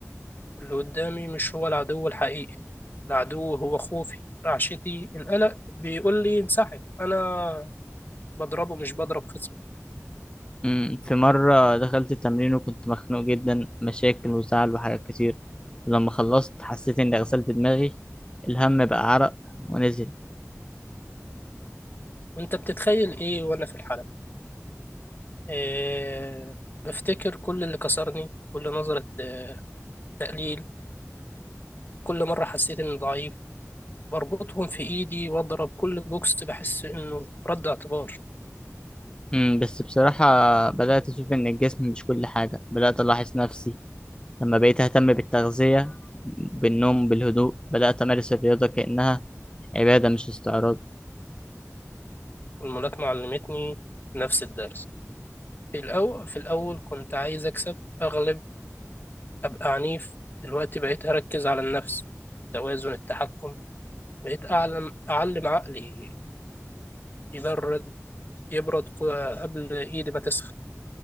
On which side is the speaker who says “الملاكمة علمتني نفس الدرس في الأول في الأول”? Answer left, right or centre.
Left